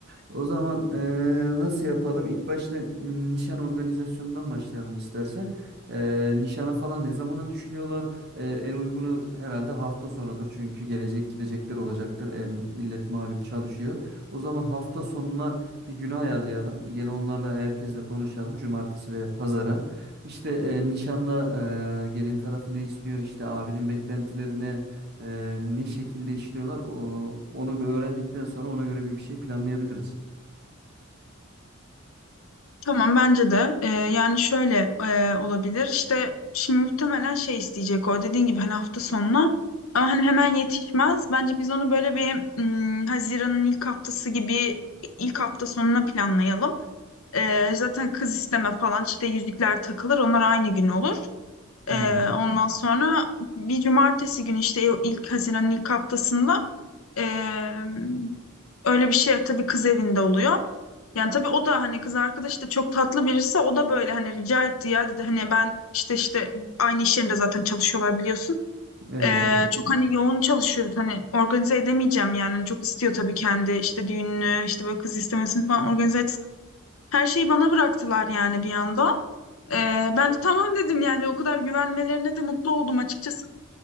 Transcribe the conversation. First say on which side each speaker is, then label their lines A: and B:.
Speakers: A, on the right (about 50°); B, on the left (about 75°).
A: O zaman eee, nasıl yapalım? İlk başta nişan organizasyonundan başlayalım istersen. Eee nişana falan ne zamana düşünüyorlar? Eee, en uygunu herhalde hafta sonudur. Çünkü gelecek gidecekler olacaktır. E, millet malum çalışıyor. O zaman hafta sonuna bir günü ayarlayalım. Gene onlarla herkesle konuşalım. Cumartesi veya pazara. İşte eee nişanda eee, gelin tarafı ne istiyor? İşte abinin beklentilerine eee, ne şekilde işliyorlar? O- onu bir öğrendikten sonra ona göre bir bir şey planlayabiliriz.
B: Tamam bence de Ee, yani şöyle e, olabilir işte şimdi muhtemelen şey isteyecek o dediğin gibi hani hafta sonuna ama hani hemen yetişmez bence biz onu böyle bir hmm, Haziran'ın ilk haftası gibi ilk hafta sonuna planlayalım. Ee, zaten kız isteme falan işte yüzükler takılır onlar aynı gün olur. Ee,
A: Hmm,
B: ondan sonra bir cumartesi günü işte ilk Haziran'ın ilk haftasında ee, Öyle bir şey tabii kız evinde oluyor. Yani tabii o da hani kız arkadaş da çok tatlı birisi o da böyle hani rica etti ya dedi hani ben işte işte aynı iş yerinde zaten çalışıyorlar biliyorsun.
A: evet
B: Ee,
A: evet.
B: çok hani yoğun çalışıyoruz hani organize edemeyeceğim yani Hani, çok istiyor tabii kendi işte düğününü işte böyle kız istemesini falan organize etsin. Her şeyi bana bıraktılar yani bir anda. Ee, ben de tamam dedim yani o kadar güvenmelerine de mutlu oldum açıkçası.